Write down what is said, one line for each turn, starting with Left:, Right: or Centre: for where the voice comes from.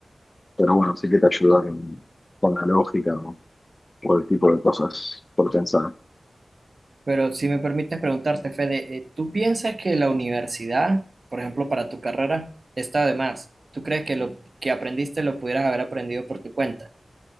Left: pero bueno, sí que te ayuda con, con la lógica. ¿no? por el tipo de cosas por pensar.
Right: Pero si me permites preguntarte, Fede, eh, ¿tú piensas que la universidad, por ejemplo, para tu carrera, está de más? ¿Tú crees que lo que aprendiste lo pudieras haber aprendido por tu cuenta?